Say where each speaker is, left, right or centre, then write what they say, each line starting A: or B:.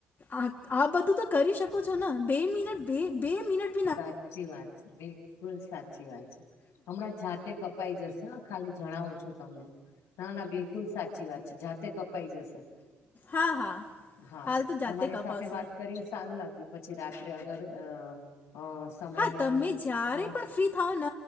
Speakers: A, on the left; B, on the left.
A: આ આ બધું તો કરી શકો છો ને બે મિનટ બે બે મિનટ
B: સાચી વાત છે બિલકુલ સાચી વાત છે. હમણાં જાતે કપાઈ જશે હા ખાલી જણાવું છું તમને. ના ના બિલકુલ સાચી વાત છે જાતે કપ પાઈ જશે
A: હા હા
B: હા
A: હાલ તો
B: તમારી
A: જાતે કપાવશે
B: સાથે વાત કરીને સારું લાગ્યું. પછી રાત્રે અગર અ અ સમયનો
A: હા તમે જયારે
B: અ
A: પણ ફ્રી થાવ ન